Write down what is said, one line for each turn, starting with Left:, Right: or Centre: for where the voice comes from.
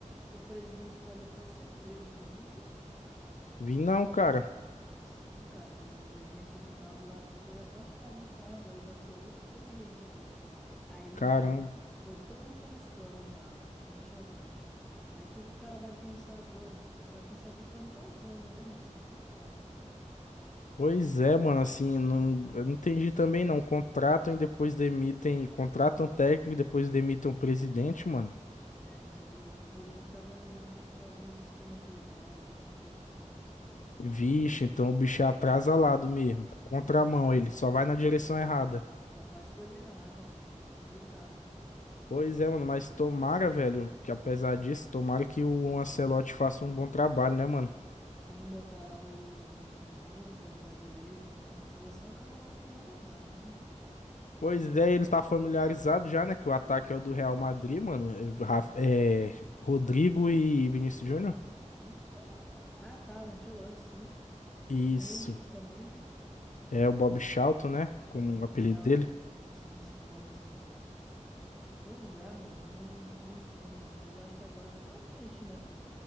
Centre: o presidente pode até ser preso. Tu viu isso?
Left: Vi não, cara.
Centre: Sim, cara, o presidente Edinaldo lá foi afastado do cargo, aí vai ter outro presidente agora. Aí
Left: Caramba.
Centre: foi toda aquela história já lá com o Ancelotti. Aí o que que o cara vai pensar agora, mano? O cara vai pensar que ele tá indo pra zona, né, mano? É complicado.
Left: Pois é, mano, assim, não, eu não entendi também não. Contratam e depois demitem. Contratam técnico e depois demitem o presidente, mano.
Centre: É, mas o presidente tava envolvido com alguns esquemas legais, alguma coisa assim, sabe?
Left: Vixe, então o bicho é atrasalado mesmo. Contramão,
Centre: Sim,
Left: ele só vai
Centre: é.
Left: na direção errada.
Centre: Só faz coisa errada, mano. Complicado, mano.
Left: Pois é, mano, mas tomara, velho, que apesar disso, tomara que o Ancelotti faça um bom trabalho, né, mano?
Centre: Sim, botar lá o, o Vinícius Júnior pra jogar direito, né? Que na seleção o camarada não joga nada, né, mano?
Left: Pois é, ele tá familiarizado já, né, que o ataque é o do Real Madrid, mano. É, Raf-
Centre: Pô,
Left: é, Rodrigo e Vinícius Júnior.
Centre: Então, cara. Ah, tá, o Ancelotti, sim.
Left: Isso.
Centre: Hendrick também, né?
Left: É o Bob Charlton, né, como
Centre: Bob
Left: o apelido
Centre: Charlton.
Left: dele.
Centre: Sim, sim, o Bobzinho. Pois é, mano, não, não entendo, mano. Mas eu acho que agora vai pra frente, né?